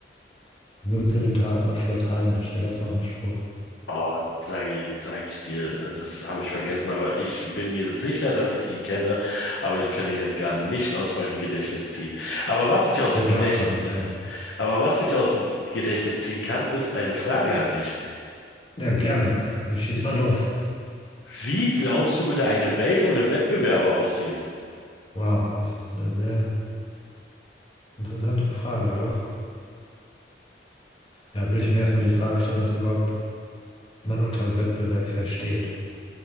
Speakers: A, on the left; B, on the left.
A: nutze den Tag auf Lateinisch. Da gab es auch einen Spruch.
B: Oh, sage sag ich dir, äh, das habe ich vergessen, aber ich bin mir sicher, dass ich ihn kenne, aber ich kann ihn jetzt gerade nicht aus meinem Gedächtnis ziehen. Aber was ich aus
A: Fällt
B: dem Gedächt,
A: mir auch gerade nicht ein.
B: aber was ich aus dem Gedächtnis ziehen kann, ist eine Frage an dich.
A: Ja, gerne. Dann schieß mal los.
B: Wie glaubst du, würde eine Welt ohne Wettbewerber aussehen?
A: Wow, das ist eine sehr interessante Frage, doch. Ja, würde ich mir erstmal die Frage stellen, was überhaupt man unter Wettbewerb versteht.